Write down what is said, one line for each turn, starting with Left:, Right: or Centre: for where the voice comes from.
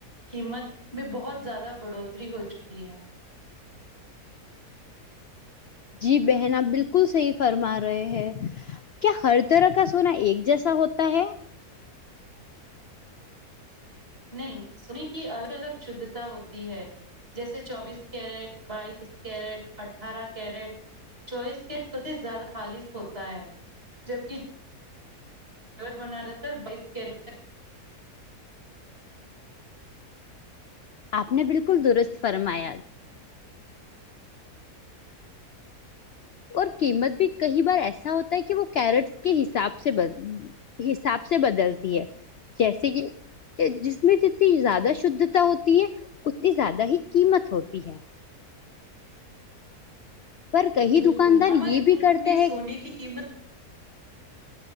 Right: قیمت میں بہت زیادہ بڑھوتری ہو چکی ہے
Left: جی بہن آپ بالکل سہی فرما رہے ہیں کیا ہر طرح کا سونا ایک جیسا ہوتا ہے
Right: نہیں سونے کی الگ الگ شدھتا ہوتی ہے جیسے چوبیس کیرٹ بائیس کیرٹ اٹھارہ کیرٹ چوائس کے سب سے زیادہ خالص ہوتا ہے جبکے بن رہا بس کیٹ
Left: آپ نے بلکل درست فرمایا اور قیمت بھی کئی بار ایسا ہوتا ہے کہ وہ کیرٹس کے حساب سے ب حساب سے بدلتی ہے جیسے کہ کہ جس میں جتنی زیادہ شدھتا ہوتی ہے اتنی زیادہ ہی قیمت ہوتی ہے پر کئی
Right: بلکل
Left: دکاندار
Right: ہمارے
Left: یہ
Right: ملک
Left: بھی کرتے
Right: میں
Left: ہیں
Right: سونے کی قیمت